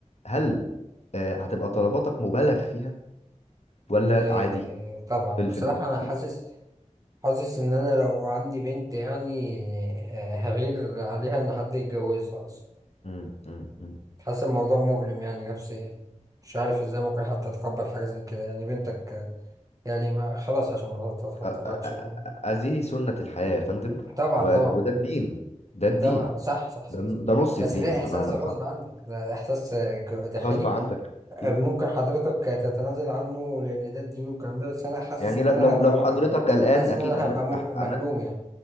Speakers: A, on the left; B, on the right.
A: هل آه، هتبقى طلباتك مبالغ فيها ولا
B: إيه
A: عادي
B: طبعا
A: في ال
B: بصراحة
A: في ال
B: أنا
A: في
B: حاسس
A: ال-
B: حاسس إن أنا لو عندي بنت يعني آه، هغير عليها إن حد يتجوزها أصلا
A: مم، مم، مم.
B: حاسس الموضوع مؤلم يعني نفسيا مش عارف إزاي ممكن حد يتقبل حاجة زي كده يعني بنتك آه، يعني ما خلاص عشان ما تتطرقش
A: أ- أ-
B: للموضوع
A: أ- هذه سنة الحياة يا فندم
B: طبعا
A: ود-
B: طبعا
A: وده الدين ده الدين
B: طبعا صح صح صح
A: ده ده نص
B: بس
A: الدين
B: ده إحساس
A: بمعنى
B: غصب
A: أصح
B: عنك ده إحساس آه، جو- داخلي
A: غصب عنك أكيد
B: ممكن حضرتك تتنازل عنه لان ده الدين والكلام ده بس انا حاسس
A: يعني
B: ان
A: لو
B: انا
A: لو
B: هبقى
A: لو
B: مؤ...
A: حضرتك قلقان
B: حاسس
A: أكيد
B: ان انا
A: أنا
B: هبقى مؤ...
A: أح-
B: مألوم
A: أنا
B: يعني